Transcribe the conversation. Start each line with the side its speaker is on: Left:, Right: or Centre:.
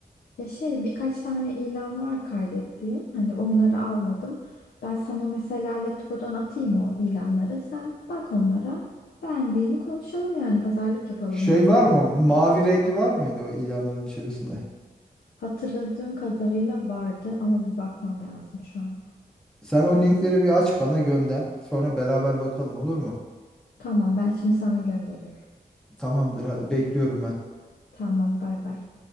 Left: Ya şey birkaç tane ilan var kaydettiğim. Hani onları almadım. Ben sana mesela Letgo'dan atayım o ilanları. Sen bak onlara. Beğendiğini konuşalım yani pazarlık yapalım
Centre: Şey
Left: adamlarla.
Centre: var mı? Mavi rengi var mıydı o ilanların içerisinde?
Left: Hatırladığım kadarıyla vardı ama bir bakmam lazım şu an.
Centre: Sen o linkleri bir aç bana gönder. Sonra beraber bakalım olur mu?
Left: Tamam ben şimdi sana gönderiyorum.
Centre: Tamamdır hadi bekliyorum ben.
Left: Tamam, bay bay.